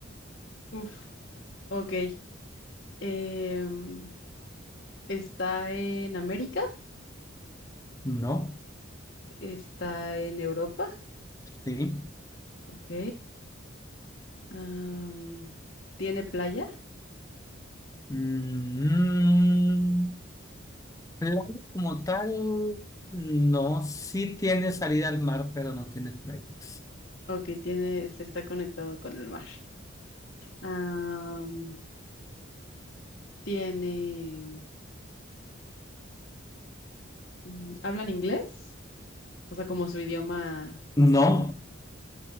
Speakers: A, on the left; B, on the left.
A: Uf. Ok. Em, está en América,
B: No.
A: está en Europa,
B: Sí.
A: ok. Am, ¿tiene playa?
B: Mm, playa como tal, no. Sí tiene salida al mar, pero no tiene playas.
A: Ok, tiene, se está conectado con el mar. Am, tiene, mm, ¿hablan inglés? O sea, como su idioma,
B: No,